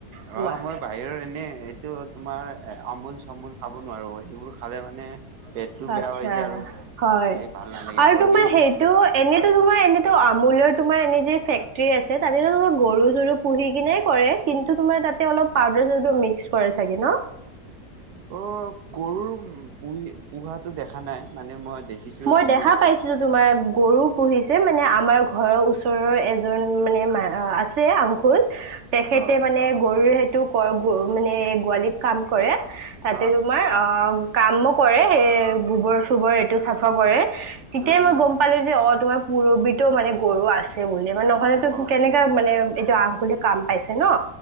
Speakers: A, on the right; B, on the right.
A: তোমাৰ
B: অ মই বাহিৰৰ এনে। এইটো তোমাৰ আমূল চামূল খাব নোৱাৰোঁ সেইবোৰ খালে মানে। পেটটো
A: আচ্ছা
B: বেয়া হৈ যায় আৰু
A: হ'য়
B: এই ভাল নালাগে
A: আৰু
B: অৰ্গেনিক
A: তোমাৰ সেইটো। এনেতো তোমাৰ এনেতো আমুললৰ তোমাৰ এনে যে ফেক্টৰী আছে তাতে তোমাৰ গৰু চৰু পুহি কিনে। কৰে কিন্তু তোমাৰ তাতে অলপ পউাৰ চাওডাৰ মিক্স কৰে চাগে ন।
B: অ গৰুৰ পুহি পোহাটো দেখা নাই মানে মই। দেখিছো
A: মই
B: অমুল
A: দেখা পাইছিলোঁ তোমাৰ গৰু পুহিছে। মানে আমাৰ ঘৰৰ ওচৰৰ এজন মানে আছে আংকুল। তেখেতে
B: অ
A: মানে গৰুৰ সেইটো ক গ মানে। গোৱালিত কাম ক। ৰে তাতে
B: অ
A: তোমাৰ অ কামো কৰে স গোবৰ চোবৰ এইটো। চাফা কৰে তেতিয়াই
B: উম
A: মই
B: উম
A: গম পালোঁ যে, অ তোমাৰ পুৰ্বিত মানে গৰু আছে বুলি মানে। নহলেতো
B: অ
A: কেনেকা মানে এইটো আংকুলে কাম পাইছে ন।